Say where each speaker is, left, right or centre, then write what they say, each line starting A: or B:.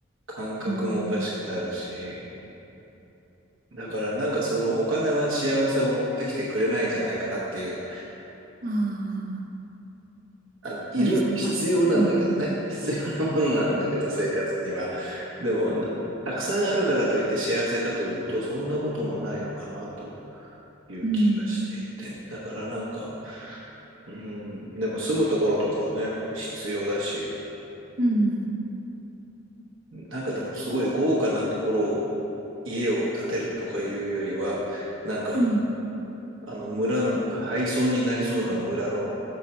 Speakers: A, on the right (about 75°); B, on the right (about 40°).
A: 感覚もおかしくなるし、
B: うん。
A: だからなんかそのお金は幸せを持ってきてくれないんじゃないかなっていう
B: まあ、
A: あの、いる、
B: そうですね。
A: 必要なんだけどね。
B: やっぱ、うん、
A: 必要なものなんだけど、生活には。でもな、たくさんあるからといって幸せかというと、そんなこともないのかなという気がしていて。
B: うん、
A: だからなんか、うん、でも住むところとかはね、必要だし、
B: うん、
A: なんかでもすごい豪華なところを、家を建てるとかいうよりは、なんか、
B: うん。
A: あの村なんか廃村になりそうな村の、